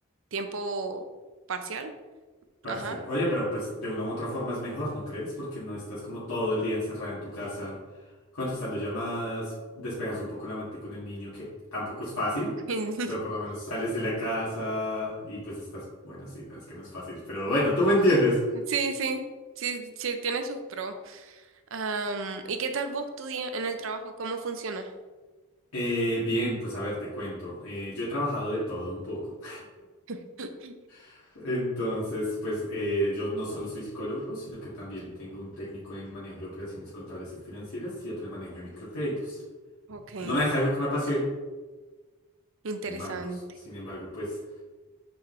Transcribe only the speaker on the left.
Parcial.
Oye, pero pues de una u otra forma es mejor, ¿no crees? Porque no estás como todo el día encerrada en tu casa contestando llamadas, despejas un poco la mente con el niño, que tampoco es fácil,
pero por lo menos sales de la casa y pues estás, bueno, sí, no es que no es fácil, pero bueno, tú me entiendes.
Eh, bien, pues a ver, te cuento. Eh, yo he trabajado de todo un poco.
<laughs> Entonces, pues eh, yo no solo soy psicólogo, sino que también tengo un técnico en manejo de operaciones contables y financieras y otro en manejo de microcréditos.
No es algo que me apasione
en bancos. Sin embargo, pues